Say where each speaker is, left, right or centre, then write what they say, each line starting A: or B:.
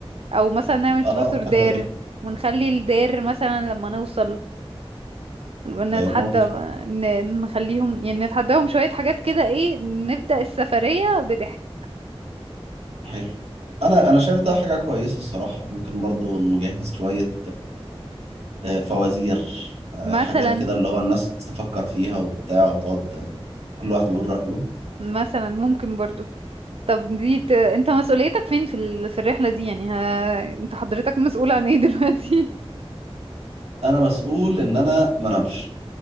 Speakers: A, on the right; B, on the right.
A: او مثلا نعمل
B: اه
A: truth or
B: حلوة
A: dare
B: دي
A: ونخلي الدير مثلا لما نوصل نتحدى
B: آه، ممكن
A: ن- نخليهم يعني نتحداهم شوية حاجات كده ايه نبدأ السفرية بضحك
B: حلو أنا أنا شايف ده حاجة كويسة الصراحة ممكن برضو نجهز شوية آه، فوازير آه،
A: مثلا
B: حاجات كده اللي هو الناس تفكر فيها وبتاع وتقعد آه، كل واحد يقول رأيه
A: مثلا ممكن برضو طب دي ت... انت مسؤوليتك فين في ال... في الرحلة دي يعني ها... انت حضرتك مسؤول عن ايه دلوقتي
B: أنا مسؤول إن أنا ما نمش